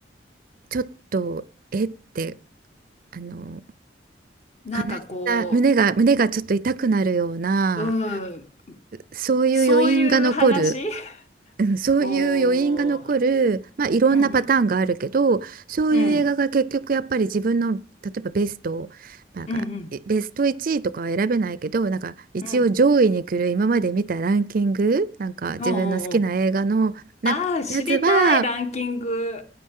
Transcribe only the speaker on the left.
なんかこ
う、うん、
そういう話 <laughs>
おー、
うん
うん
うんうん
うんうん
おーおーおー
ああー、知りたいランキング。